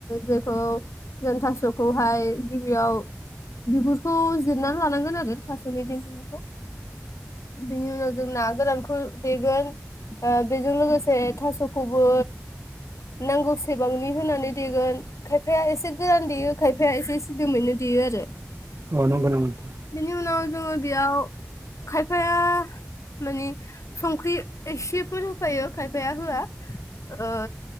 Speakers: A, on the left; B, on the right.
A: जेखौ जों थासखौहाय गिबियाव बिगुरखौ जिरनानै लानांगोन आरो थास'नि देन्थानिखौ बेनि उनाव जों ना गोरानखौ देगोन ओ बेजों लोगोसे थास'खौबो नांगौ सेबांनि होनानै देगोन खायफाया एसे गोरान देयो खायफाया एसे सिदोमैनो देयो आरो
B: औ नंगौ नामा नोंथां
A: बेनि उनाव जोङो बेयाव खायफाया माने संख्रि एसेफोर होफायो खायफाया होआ ओ